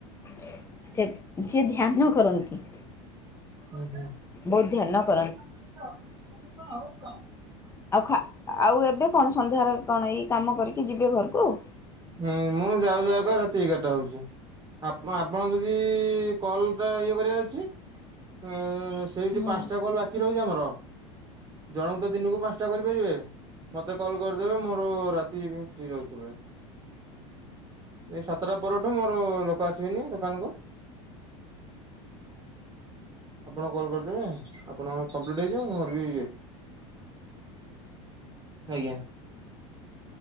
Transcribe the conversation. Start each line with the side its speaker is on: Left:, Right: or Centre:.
Left: ସେ ସିଏ ଧ୍ୟାନ କରନ୍ତି।
Right: ହୁଁ ହୁଁ।
Left: ବୋହୁତ ଧ୍ୟାନ କ
Right: <inaudible>
Left: ଆଉ ଖା ଆଉ ଏବେ କଣ ସନ୍ଧ୍ୟାରେ କଣ ଏଇ କାମ କରିକି ଯିବେ ଘରକୁ?
Right: ହୁଁ ମୁଁ ଯାଉ ଯାଉକା ରାତି ଏଗାରଟା ହୋଉଛି। ଆପ ଆପଣଙ୍କ ଯଦି କଲ ଟା ଇଏ କରିବାର ଅଛି ଉଁ ସେ ହେଉଛି
Left: ହୁଁ
Right: ପାଞ୍ଚଟା କଲ ବାକି ରହୁଛି ଆମର ଜଣଙ୍କୁ ତ ଦିନକୁ ପାଞ୍ଚଟା କରିପାରିବେ। ମତେ କଲ୍ କରିଦେବେ ମୋର ରାତି ବି ଫ୍ରି ରହୁଚି ସବୁବେଳେ। ଏଇ ସାତଟା ପରଠୁ ମୋର ଲୋକ ଆସିବେନି ଦୋକାନକୁ। ଆପଣ କଲ୍ କରିଦେବେ ଆପଣଙ୍କର କମ୍ପ୍ଲିଟ୍ ହେଇଯିବ ମୋର ବି ଆଜ୍ଞା।